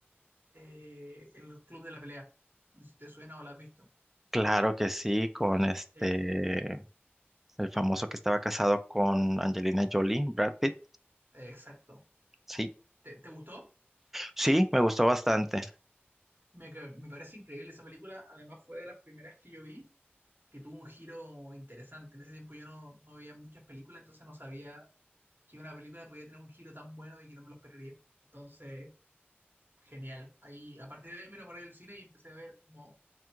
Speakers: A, on the right; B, in the centre.
A: eh, El Club de la Pelea. No sé si te suena o la has visto.
B: Claro que sí, con este,
A: Sí.
B: el famoso que estaba casado con Angelina Jolie, Brad Pitt.
A: Eh, Exacto.
B: Sí,
A: ¿Te, te gustó?
B: sí, me gustó bastante.
A: Me, que- me parece increíble esa película. Además, fue de las primeras que yo vi. que tuvo un giro interesante. En ese tiempo yo no, no veía muchas películas, entonces no sabía que una película podía tener un giro tan bueno y que no me lo esperaría. Entonces, genial. Ahí, a partir de ahí me enamoré del cine y empecé a ver como